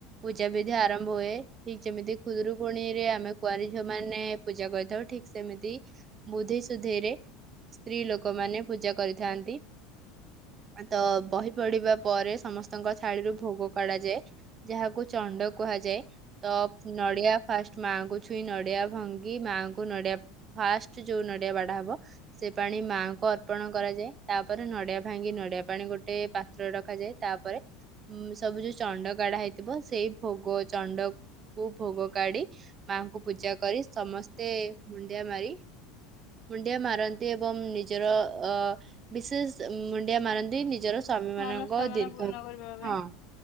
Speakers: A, on the right (about 35°); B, on the left (about 60°).
A: ପୂଜା ବିଧି ଆରମ୍ଭ ହୁଏ, ଠିକ୍ ଯେମିତି ଖୁଦୁରୁକୁଣିରେ ଆମେ କୁଆଁରୀ ଝିଅ ମାନେ ପୂଜା କରିଥାଉ, ଠିକ୍ ସେମିତି ବୁଧେଇ ସୁଧେଇରେ ସ୍ତ୍ରୀ ଲୋକ ମାନେ ପୂଜା କରିଥାନ୍ତି, ତ ବହି ପଢିବା ପରେ ସମସ୍ତଙ୍କ ଥାଳିରୁ ଭୋଗ କଢା ଯାଏ ଯାହାକୁ ଚଣ୍ଡ କୁହାଯାଏ। ତ ନଡିଆ ଫାଷ୍ଟ ମାଆଙ୍କୁ ଛୁଇଁ ନଡିଆ ଭାଙ୍ଗି ମାଆଙ୍କୁ ନଡିଆ ଫାଷ୍ଟ ଯୋଉ ନଡିଆ ବାଡା ହବ ସେ ପାଣି ମାଙ୍କ ଅର୍ପଣ କରାଯା‍ଏ ତାପରେ ନଡିଆ ଭାଙ୍ଗି ନଡିଆ ପାଣି ଗୋଟେ ପାତ୍ର ରଖାଯାଏ। ତାପରେ ସବୁ ଯୋଉ ଚଣ୍ଡ କଡା ହେଇଥିବ ସେଇ ଭୋଗ ଚଣ୍ଡ କୁ ଭୋଗ କାଢି ମାଙ୍କୁ ପୂଜା କରି ସମସ୍ତେ ମୁଣ୍ଡିଆ ମାରି ମୁୁଣ୍ଡିଆ ମାରନ୍ତି ଏବଂ ନିଜର ଅ ବିଶେଷ ମୁଣ୍ଡିଆ ମାରନ୍ତି ନିଜର ସ୍ୱାମୀ ମାନଙ୍କ
B: ମନସ୍କାମନା
A: ଦୀର୍ଘ
B: ପୂର୍ଣ୍ଣ କରିବା ପାଇଁ
A: <unintelligible>